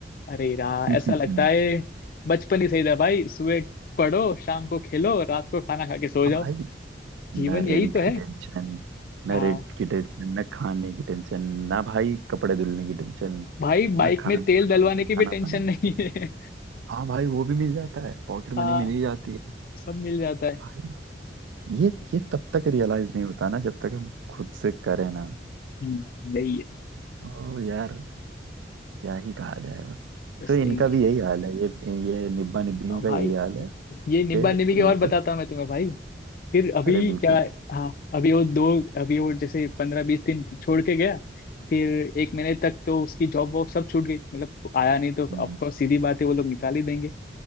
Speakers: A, on the left (about 50°); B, on the right (about 90°).
A: अरे यार
B: <laughs>
A: ऐसा लगता
B: हाँ
A: है बचपन ही सही था भाई सुबह पढ़ो शाम को खेलो रात को खाना खा के सो जाओ
B: भाई
A: जीवन
B: ना रेंट
A: यही तो है
B: की टेंशन ना
A: हाँ
B: रेंट की टेंशन ना खाने की टेंशन ना भाई कपड़े धुलने की टेंशन
A: भाई
B: ना
A: बाइक
B: खाना
A: में
B: बना-
A: तेल डलवाने
B: ना
A: की
B: खाना
A: भी टेंशन
B: बना
A: नहीं है
B: हाँ भाई वो भी मिल जाता है
A: <laughs>
B: पॉकेट
A: हाँ
B: मनी मिल ही जाती है
A: सब मिल जाता है
B: भाई ये ये तब तक रियलाइज नहीं होता ना जब तक हम खुद से करें ना
A: हम्म, यही है
B: तो यार क्या ही कहा जाए बस
A: बस
B: तो
A: यही
B: इनका
A: है
B: भी यही हाल है ये ये निब्बा निब्बियों का
A: भाई
B: यही हाल है
A: ये निब्बा
B: कि
A: निबी के
B: इनको
A: और बताता हूँ मैं तुम्हें भाई फिर अभी
B: अरे बिल्कुल
A: क्या हाँ अभी वो दो अभी वो जैसे पंद्रह बीस दिन छोड़ के गया फिर एक महीने तक तो उसकी जॉब वॉब सब छूट गई मतलब आया नहीं तो
B: हम्म
A: ऑफकोर्स सीधी बात है वो लोग निकाल ही देंगे